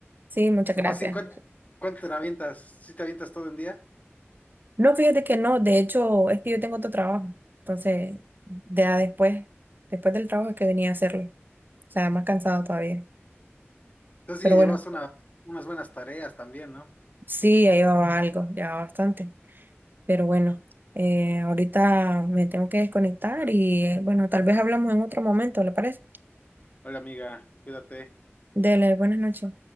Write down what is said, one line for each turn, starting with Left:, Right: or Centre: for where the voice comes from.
Right: Sí, muchas
Left: No,
Right: gracias.
Left: sí, ¿cuán- ¿cuánto, te avientas? ¿Sí te avientas todo en día?
Right: No, fíjate que no, de hecho, es que yo tengo otro trabajo, entonces ya después, después del trabajo es que venía a hacerlo, o sea, más cansado todavía.
Left: Entonces
Right: <laughs> Pero
Left: sí, ya
Right: bueno,
Left: llevas una, unas buenas tareas también, ¿no?
Right: sí, ya llevaba algo, ya bastante, pero bueno, eh, ahorita me tengo que desconectar y eh, bueno, tal vez hablamos en otro momento, ¿le parece?
Left: Hola amiga, cuídate.
Right: Dele, buenas noches.